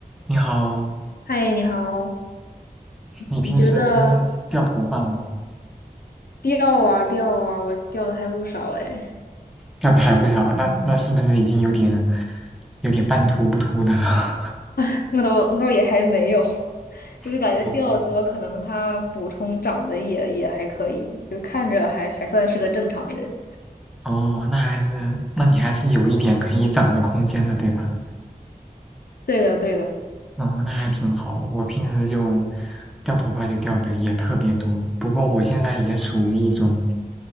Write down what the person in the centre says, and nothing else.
你好，
你平时
掉头发吗？
掉的还不少，那那是不是已经有点有点半秃不秃的了？
<laughs> 哦
哦，那还是，那你还是有一点可以长的空间的，对吧？
哦，那还挺好。我平时就掉头发就掉的也特别多，不过我现在也处于一种